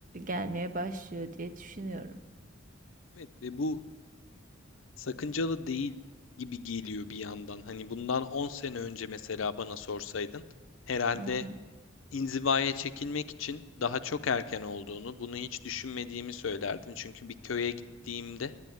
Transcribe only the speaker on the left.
Evet ve bu sakıncalı değil gibi geliyor bir yandan. Hani bundan 10 sene önce mesela bana sorsaydın, herhalde
inzivaya çekilmek için daha çok erken olduğunu, bunu hiç düşünmediğimi söylerdim. Çünkü bir köye gittiğimde